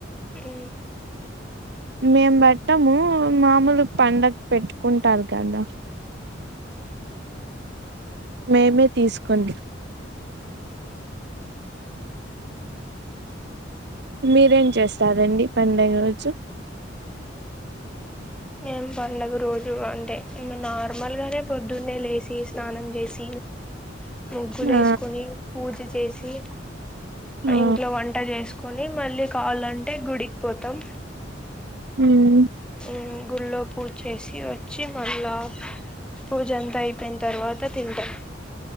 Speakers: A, in the centre; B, on the right.
A: ఈ
B: మేము బట్టము మామూలు పండగ పెట్టుకుంటారు కదా మేమే తీసుకోండి మీరేం చేస్తారండి పండగ రోజు
A: మేం పడుగ రోజు అంటే నార్మల్గానే పొద్దున్నే లేసి స్నానం చేసి ముగ్గులు
B: ఆ
A: వేసుకుని పూరీ చేసి
B: ఆ
A: ఇంట్లో వంట చేసుకు కని మళ్ళీ కావాలంటే గుడికి పోతాం
B: హ్మ్
A: ఉ గుళ్ళో పూజ చేసి వచ్చి మళ్ళా పూజ అంతా అయిపోయిన తర్వాత తింటాము